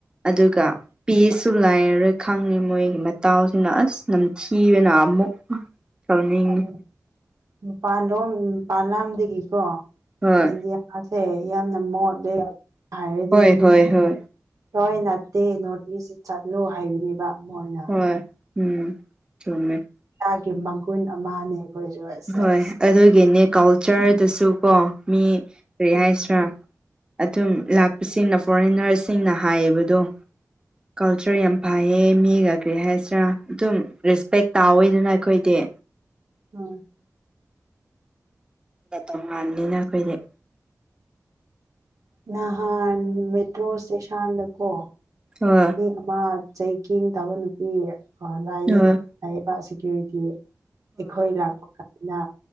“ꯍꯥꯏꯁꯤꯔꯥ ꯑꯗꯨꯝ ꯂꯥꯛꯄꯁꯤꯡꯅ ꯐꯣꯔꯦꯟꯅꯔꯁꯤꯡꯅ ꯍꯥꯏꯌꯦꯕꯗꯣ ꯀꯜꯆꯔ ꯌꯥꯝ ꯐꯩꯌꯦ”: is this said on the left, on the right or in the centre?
Right